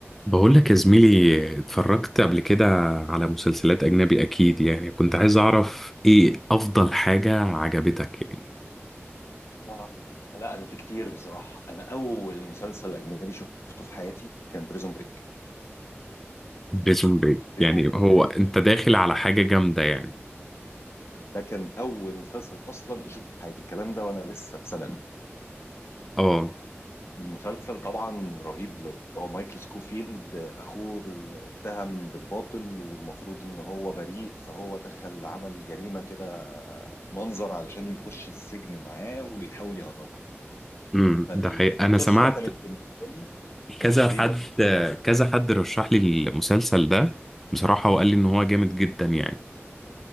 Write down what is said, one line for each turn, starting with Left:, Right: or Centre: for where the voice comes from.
Centre: بقول لك يا زميلي اتفرجت قبل كده على مسلسلات أجنبي أكيد يعني كنت عايز أعرف إيه أفضل حاجة عجبتك يعني
Left: آه، لا انا في كتير بصراحه انا اول مسلسل اجنبي شفته في حياتي كان بريزون بريك
Centre: بريزون بريك
Left: بريزون
Centre: يعني
Left: بريك
Centre: هو أنت داخل على حاجة جامدة يعني
Left: ده كان اول مسلسل اصلا اشوفه في حياتي الكلام ده وانا لسه في ثانوي
Centre: آه
Left: مسلسل طبعا رهيب اللي هو مايكل سكوفيلد اخوه اللي اتهم بالباطل والمفروض ان هو بريء فهو دخل عمل جريمه كده منظر علشان يخش السجن معاه ويحاول يهربه
Centre: امم
Left: فالقصه
Centre: ده حقيقي أنا سمعت
Left: كانت بالنسبه لي كانت
Centre: كذا
Left: رهيبه
Centre: حد
Left: بصراحه
Centre: كذا حد رشح لي المسلسل ده بصراحة وقال لي إن هو جامد جدا يعني